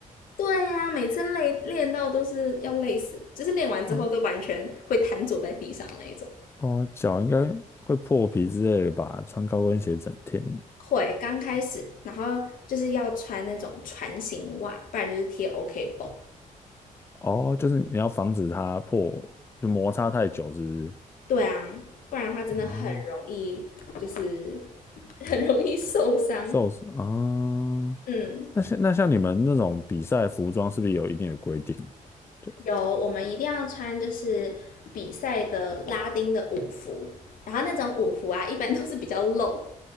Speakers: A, on the left; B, on the left.
A: 对呀，每次累练到都是要累死，就是练完之后都完全会瘫坐在地上那一种。
B: 对啊，对啊，脚应该会破皮之类的吧？穿高跟鞋整天，
A: 会刚开始，然后就是要穿那种船型袜，不然就是贴 OK 绷。
B: 哦，就是你要防止它破，就摩擦太久，是不是？
A: 对啊，不然的话真的很容易，
B: 哦，
A: 就是 <laughs> 很容易受伤。
B: 受伤啊。
A: 嗯，
B: 那像那像你们那种比赛服装，是不是有一定的规定啊对，
A: 有，我们一定要穿就是比赛的拉丁的舞服，然后那种舞服啊，<laughs> 一般都是比较露，